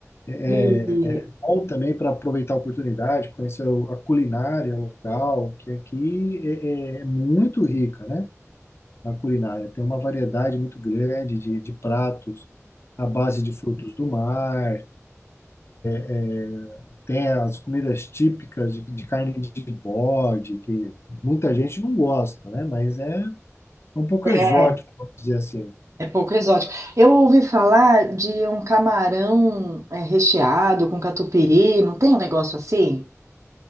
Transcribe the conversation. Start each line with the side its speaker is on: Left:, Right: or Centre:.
Left: É,
Right: E
Left: é é bom também para aproveitar a oportunidade, conhecer o- a culinária local, que aqui é é é muito rica, né? a culinária. Tem uma variedade muito grande de, de pratos à base de frutos do mar, é, tem as comidas típicas de, de carne de bode, que muita gente não gosta, né? Mas é um pouco
Right: é,
Left: exótico, vamos dizer assim.
Right: é pouco exótico. Eu ouvi falar de um camarão é, recheado com catupiry, não tem um negócio assim?